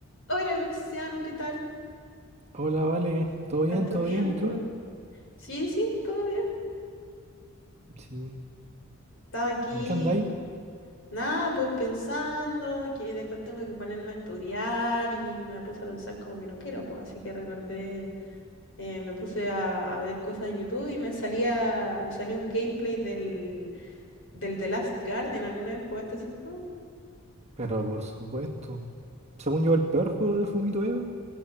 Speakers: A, on the left; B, on the right.
A: Hola Luciano, ¿qué tal?
B: Hola, vale. ¿Todo bien?
A: Tanto
B: ¿Todo
A: tiempo.
B: bien? ¿Y tú?
A: Mm, Sí, sí, todo bien.
B: Sí.
A: Estaba aquí,
B: ¿En qué andáis?
A: nada, pues pensando que después tengo que ponerme a estudiar y me puse a pensar como que no quiero, pues así que recordé, eh, me puse a, a ver cosas en YouTube y me salía, me salió un gameplay del, del The Last Guardian. ¿Alguna vez jugaste ese juego?
B: Pero por supuesto. Según yo, el peor juego de Fumito Eva.